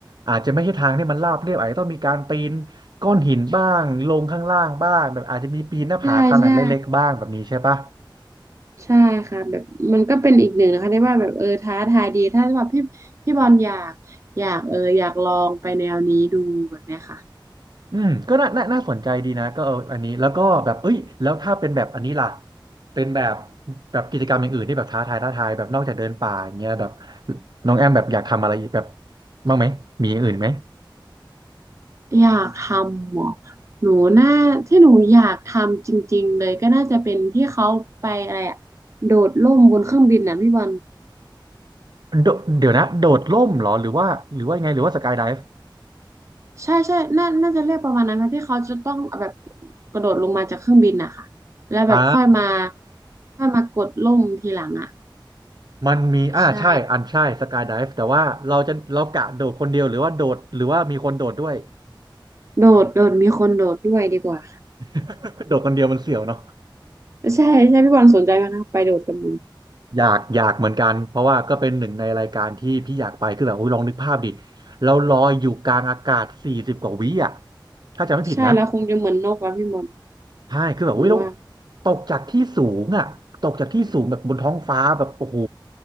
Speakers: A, on the right (about 55°); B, on the right (about 35°).
A: อาจจะไม่ใช่ทางที่มันราบเรียบอาจจะต้องมีการปีนก้อนหินบ้างลงข้างล่างบ้างแบบอาจจะมีปีนหน้าผาขนาดเล็กๆบ้างแบบนี้ใช่ปะ
B: ใช่ใช่ ใช่ค่ะแบบมันก็เป็นอีกหนึ่งนะคะที่ว่าแบบเออท้าทายดีถ้าแบบพี่พี่บอลอยากอยากเอออยากลองไปแนวนี้ดูแบบเนี้ยค่ะ
A: อืมก็น่าน่าน่าสนใจดีนะก็เอออันนี้แล้วก็แบบเอ้ยแล้วถ้าเป็นแบบอันนี้ล่ะเป็นแบบแบบกิจกรรมอย่างอื่นที่แบบท้าทายท้าทายแบบนอกจากเดินป่าอย่างเงี้ยแบบน้องแอมแบบอยากทำอะไรแบบบ้างไหมมีอย่างอื่นไหม
B: อยากทำเหรอหนูน่าที่หนูอยากทำจริงๆเลยก็น่าจะเป็นที่เขาไปอะไรอะโดดร่มบนเครื่องบินนะพี่บอล
A: โดเดี๋ยวนะโดดร่มเหรอหรือว่าหรือว่ายังไงหรือว่าสกายไดฟ์
B: ใช่ใช่น่าน่าจะเรียกประมาณนั้นค่ะที่เขาจะต้องแบบกระโดดลงมาจากเครื่องบินนะคะแล้วแบบค่อยมา
A: อ่า
B: ค่อยมากดร่มทีหลังอ่ะ
A: มันมีอ่าใช่อันใช่สกายไดฟ์แต่ว่าเราจะเรากะโดดคนเดียวหรือว่าโดดหรือว่ามีคนโดดด้วย
B: ใช่โดดโดดมีคนโดดด้วยดีกว่า
A: <laughs> โดดคนเดียวมันเสี่ยวเนาะ
B: ใช่ใช่พี่บอลสนใจไหมคะไปโดดกับหนู
A: อยากอยากเหมือนกันเพราะว่าก็เป็นหนึ่งในรายการที่พี่อยากไปคือแบบโอ้ยลองนึกภาพดิเราลอยอยู่กลางอากาศสี่สิบกว่าวิอ่ะถ้าจำไม่ผิดนะ
B: ใช่แล้วคงจะเหมือนนกว่ะพี่บอล
A: ใช่คือแบบโอ้ยเรา
B: หนูว่า
A: ตกจากที่สูงอ่ะตกจากที่สูงแบบบนท้องฟ้าแบบโอ้โห